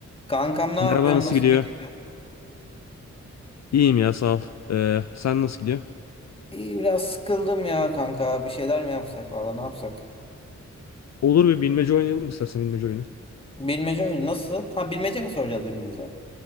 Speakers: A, on the left (about 20°); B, on the left (about 65°).
A: Kankam ne yapıyorsun?
B: Merhaba nasıl
A: Nasıl
B: gidiyor?
A: gidiyor?
B: İyiyim ya sağ ol. Ee, sen nasıl gidiyor?
A: İyi, biraz sıkıldım ya kanka. Bir şeyler mi yapsak valla ne yapsak?
B: Olur bir bilmece oynayalım mı istersen bilmece oyunu.
A: Bilmece oyunu nasıl? Ha bilmece mi soracağız birbirimize?